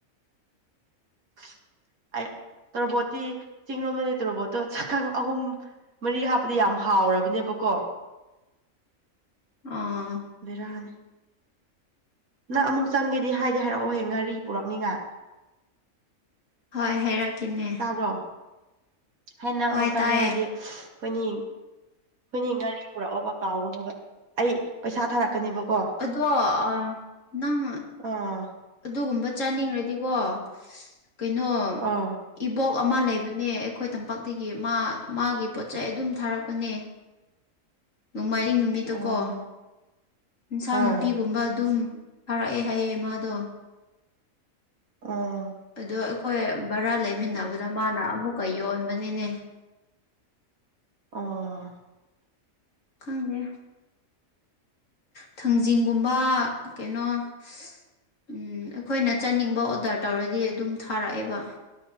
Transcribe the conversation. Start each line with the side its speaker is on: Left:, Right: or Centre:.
Right: <inaudible> ꯑꯩ ꯇ꯭ꯔꯣꯕꯣꯠꯇꯤ ꯆꯤꯡ ꯔꯣꯝꯗꯗꯤ ꯇꯣꯔꯕꯣꯠꯇꯣ ꯁꯥꯀꯪ ꯑꯍꯨꯝ ꯃꯔꯤ ꯍꯥꯞꯄꯗꯤ ꯌꯥꯝ ꯍꯥꯎꯔꯕꯅꯦꯕꯀꯣ
Left: ꯑꯪ
Right: ꯕꯦꯔꯥꯅꯤ ꯅꯪ ꯑꯃꯨꯛ ꯆꯪꯒꯦꯗꯤ ꯍꯥꯏꯗꯤ ꯍꯥꯏꯔꯛꯑꯣꯍꯦ ꯉꯥꯔꯤ ꯄꯨꯔꯥꯛꯅꯤꯉꯥꯏ
Left: ꯍꯣꯏ ꯍꯥꯏꯔꯛꯀꯦꯅꯦ
Right: <unintelligible> ꯑꯩꯅ
Left: ꯍꯣꯏ
Right: ꯑꯃꯨꯛ ꯆꯪꯒꯦ
Left: ꯇꯥꯏꯌꯦ
Right: ꯍꯥꯏꯗꯤ ꯈꯣꯏꯅꯤ ꯈꯣꯏꯅꯤ ꯉꯥꯔꯤ ꯄꯨꯔꯛꯑꯣꯕ ꯀꯥꯎꯒꯅꯤꯕ ꯑꯩ ꯄꯩꯁꯥ ꯊꯥꯔꯛ ꯀꯅꯦꯕꯀꯣ
Left: ꯑꯗꯣ ꯑ ꯅꯪ
Right: ꯑꯥ
Left: ꯑꯗꯨꯒꯨꯝꯕ ꯆꯥꯅꯤꯡꯔꯗꯤꯀꯣ ꯀꯩꯅꯣ
Right: ꯑꯥ
Left: ꯏꯕꯣꯛ ꯑꯃ ꯂꯩꯕꯅꯦ ꯑꯩꯈꯣꯏ ꯇꯝꯄꯥꯛꯇꯒꯤ ꯃꯥ ꯃꯥꯒꯤ ꯄꯣꯠꯆꯩ ꯑꯗꯨꯝ ꯊꯥꯔꯛꯄꯅꯦ
Right: <inaudible>
Left: ꯅꯣꯡꯃꯥꯏꯤꯡ ꯅꯨꯃꯤꯠꯇ
Right: ꯑꯥ
Left: ꯀꯣ ꯏꯟꯁꯥꯡ
Right: ꯍꯣꯏ
Left: ꯅꯥꯄꯤꯒꯨꯝꯕ ꯑꯗꯨꯝ ꯊꯥꯔꯥꯛꯑꯦ ꯍꯥꯏꯌꯦ ꯃꯥꯗꯣ
Right: ꯑꯣ
Left: ꯑꯗꯣ ꯑꯩꯈꯣꯏ ꯚꯔꯥ ꯂꯩꯃꯤꯟꯅꯕꯗ ꯃꯥꯅ ꯑꯃꯨꯛꯀ ꯌꯣꯟꯕꯅꯤꯅꯦ
Right: ꯑꯣ
Left: ꯈꯪꯗꯦ ꯊꯥꯡꯖꯤꯡꯒꯨꯝꯕ ꯀꯩꯅꯣ <unintelligible> ꯎꯝ ꯑꯈꯣꯏꯅ ꯆꯥꯅꯤꯡꯕ ꯑꯣꯗ꯭ꯔ ꯇꯧꯔꯗꯤ ꯑꯗꯨꯝ ꯊꯥꯔꯥꯛꯑꯦꯕ